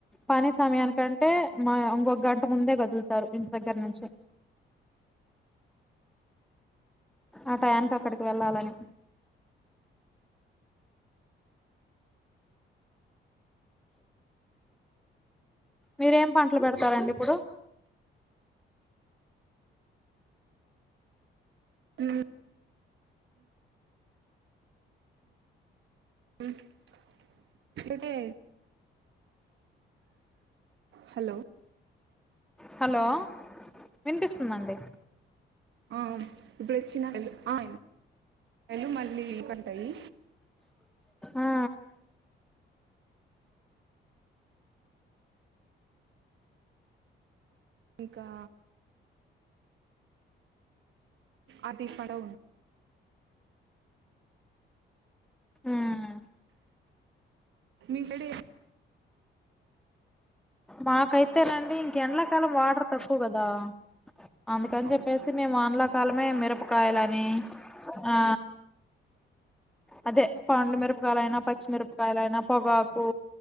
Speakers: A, in the centre; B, on the right (about 70°).
A: పనీ సమయానికంటే మా ఇంకొ గంట ముందే కదులుతారు. ఇంటి దగ్గర నుంచి ఆ టై యాన్నికి అక్కడికి వెళ్ళాలని మీరేం పంటలు పెడతారండి ఇప్పుడు
B: మ్ మ్ డే హలో
A: హలో వినిపిస్తుందండి.
B: ఆ ఇప్పుడు ఇచ్చిన ఆ ఏళ్లు మళ్ళీ కంటాయి.
A: ఆ
B: ఇంకా అతి పడవ్
A: మ్
B: మీసైడ్
A: మాకైతేనండి ఎండలాకాలం వాటర్ తక్కువ కదా అందుకని
B: అవునండి
A: చెప్పేసి మేము వానలాకాలమే మిరపకాయలు అని ఆ అదే పండుమిరపకాయల అయినా పచ్చిమిరపకాయల అయినా పొగాకు